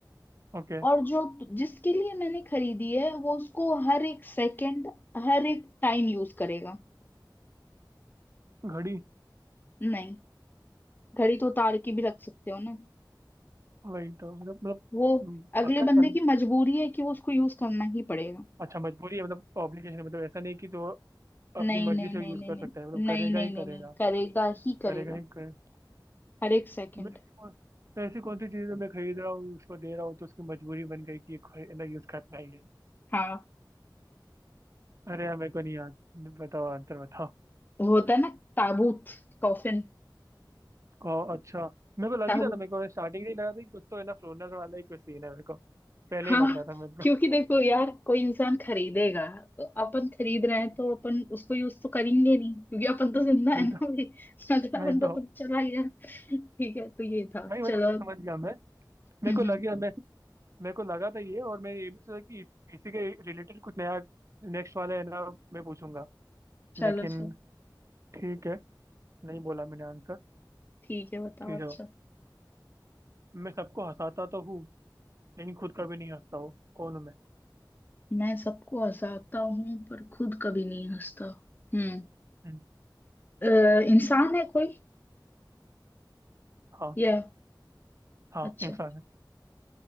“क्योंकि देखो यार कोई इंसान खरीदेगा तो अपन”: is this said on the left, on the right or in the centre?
Left